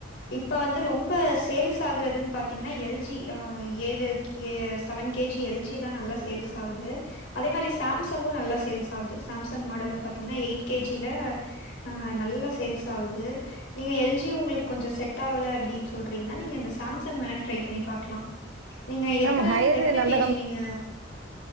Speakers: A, on the left (about 70°); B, on the right (about 85°).
A: இப்ப வந்து ரொம்ப சேல்ஸ் ஆகுறதுன் பாத்தீங்கனா எல் ஜி ஆ ஏழு ஏ seven K G L G தா நல்லா சேல்ஸ் ஆகுது அதே மாரி சாம்சங்கு நல்லா சேல்ஸ் ஆகுது சாம்சங் மாடலு பாத்தீங்னா எய்ட் கே ஜி ல ஆ நல்லா சேல்ஸ் ஆகுது நீங்க எல் ஜி உங்குளுக் கொஞ்சோ செட்டாவுல அப்டின் சொல்றீங்னா நீங்க இந்தஸ் சாம்சங் வேணா ட்ரை பண்ணி பாக்லா நீங்க
B: மேம்
A: எத்தன
B: ஹையரு
A: எத்தன
B: நல்ல
A: கே ஜி நீங்க